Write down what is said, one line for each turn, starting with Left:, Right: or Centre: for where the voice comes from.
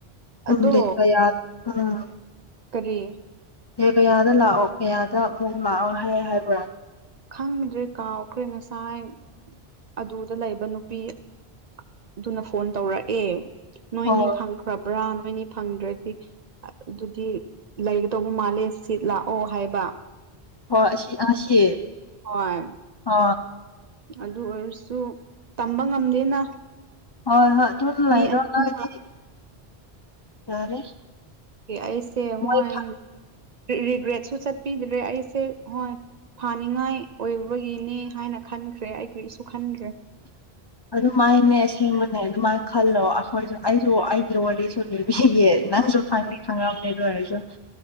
Left: ꯎꯗ
Right: ꯑꯗꯣ
Left: ꯌꯥꯔ ꯎꯝ
Right: ꯀꯔꯤ
Left: ꯑꯦ ꯀꯌꯥꯗ ꯂꯥꯛꯑꯣ ꯀꯌꯥꯗ ꯑꯃꯨꯛ ꯂꯥꯛꯑꯣ ꯍꯥꯏ ꯍꯥꯏꯕ꯭ꯔꯥ
Right: ꯈꯪꯗ꯭ꯔꯦ ꯀꯥꯎꯈ꯭ꯔꯦ ꯉꯁꯥꯏ ꯑꯗꯨꯗ ꯂꯩꯕ ꯅꯨꯄꯤꯗꯨꯅ ꯐꯣꯟ ꯇꯧꯔꯛꯑꯦ ꯅꯣꯏꯅꯤ
Left: ꯍꯣꯏ
Right: ꯐꯪ ꯐꯪꯕ꯭ꯔꯥ ꯅꯣꯏꯅꯤ ꯐꯪꯗ꯭ꯔꯗꯤ ꯑꯗꯨꯗꯤ ꯂꯩꯒꯗꯧꯕ ꯃꯥꯜꯂꯦ ꯁꯤꯠ ꯂꯥꯛꯑꯣ ꯍꯥꯏꯕ
Left: ꯍꯣꯏ ꯑꯁꯤ ꯉꯁꯤ
Right: ꯍꯣꯏ
Left: ꯑ
Right: ꯑꯗꯨ ꯑꯣꯏꯔꯁꯨ ꯇꯝꯕ ꯉꯝꯗꯦꯅ
Left: ꯍꯣꯏ ꯍꯣꯏ ꯑꯗꯨꯝ
Right: ꯃꯤ
Left: ꯂꯩꯔꯣ
Right: ꯑꯅꯤꯃꯨꯛ
Left: ꯅꯣꯏꯗꯤ ꯌꯥꯔꯦ
Right: ꯑꯩꯁꯦ ꯍꯣꯏ
Left: ꯃꯣꯏ
Right: ꯔꯤꯒ꯭ꯔꯦꯠꯁꯨ ꯆꯠꯄꯤꯗ꯭ꯔꯦ ꯑꯩꯁꯦ ꯍꯣꯏ ꯐꯥꯅꯤꯡꯉꯥꯏ ꯑꯣꯏꯕꯒꯤꯅꯤ ꯍꯥꯏꯅ ꯈꯟꯈ꯭ꯔꯦ ꯑꯩ ꯀꯔꯤꯁꯨ ꯈꯟꯈ꯭ꯔꯦ
Left: ꯑꯗꯨꯃꯥꯏꯅꯦ ꯑꯁꯦꯡꯕꯅꯦ ꯑꯗꯨꯃꯥꯏꯅ ꯈꯜꯂꯣ ꯑꯩꯈꯣꯏꯁꯨ ꯑꯩꯁꯨ ꯑꯩꯒꯤ ꯋꯥꯔꯤꯁꯨ ꯂꯤꯕꯤꯒꯦ ꯅꯪꯁꯨ ꯈꯪꯗꯤ ꯈꯪꯉꯝꯅꯤ ꯑꯗꯨꯑꯣꯢꯔꯁꯨ